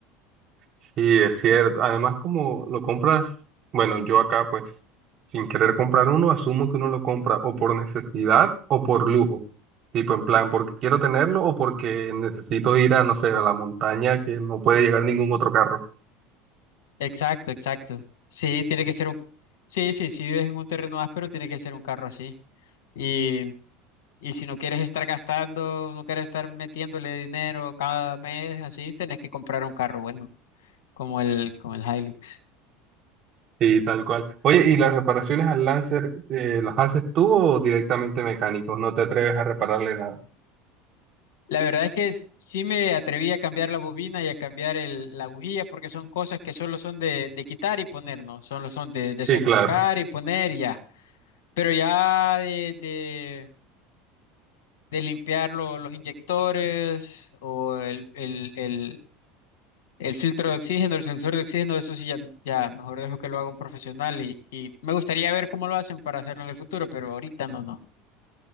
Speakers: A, on the right (about 45°); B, on the left (about 75°).
A: Sí, es cierto. Además, como lo compras, bueno, yo acá pues sin querer comprar uno, asumo que uno lo compra o por necesidad o por lujo. Tipo en plan, porque quiero tenerlo o porque necesito ir a, no sé, a la montaña que no puede llegar ningún otro carro.
B: Exacto, exacto. Sí, tiene que ser un... Sí, sí, si vives en un terreno áspero, tiene que ser un carro así. Y, y si no quieres estar gastando, no quieres estar metiéndole dinero cada mes, así, tenés que comprar un carro bueno, como el, como el Hilux.
A: Sí, tal cual. Oye, ¿y las reparaciones al Lancer, eh, las haces tú o directamente mecánicos? No te atreves a repararle nada.
B: La verdad es que s- sí me atreví a cambiar la bobina y a cambiar el- la bujía porque son cosas que solo son de, de quitar y poner, ¿no? Solo son de desenroscar
A: Sí, claro.
B: y poner y ya. Pero ya de, de, de limpiar lo- los inyectores o el, el, el, el filtro de oxígeno, el sensor de oxígeno, eso sí ya, ya mejor dejo que lo haga un profesional y, y me gustaría ver cómo lo hacen para hacerlo en el futuro, pero ahorita no, no,